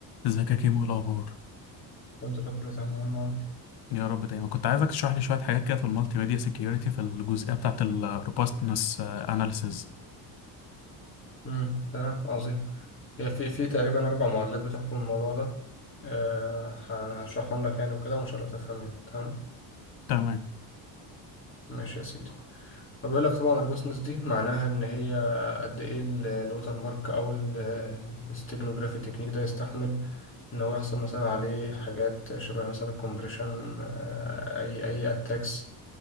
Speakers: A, on the left (about 60°); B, on the left (about 25°).
A: ازيك يا كيمو إيه الاخبار
B: الحمد لله كله تمام يا عم عمرو
A: يا رب دايما كنت عايزك تشرح لي شويه حاجات كده في المالتي ميديا سيكيورتي في الجزئيه بتاعه الروبستنس اناليسز
B: امم تمام عظيم هي في في تقريبا اربع معادلات بتحكم الموضوع ده أه ه- هشرحهم لك يعني وكده وان شاء الله تفهم يعني تمام
A: تمام
B: ماشي يا سيدي فبيقول لك طبعا الروبوسنس دي معناها ان هي قد ايه ال- الوتر مارك او ال- الاستيجنوجرافي تكنيك ده يستحمل ان هو يحصل مثلا عليه حاجات شبه مثلا الكومبريشن آه، اي اي اتاكس